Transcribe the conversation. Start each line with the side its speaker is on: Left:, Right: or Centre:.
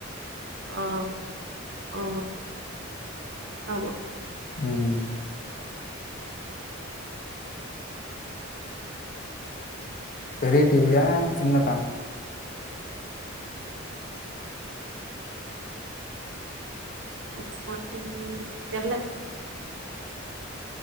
Right: ஆ ஓ ஆமா
Left: ம் பெரிய டி வி யா சின்னதா
Right: ஒரு ஸ்மாட் டி வி தெர்ல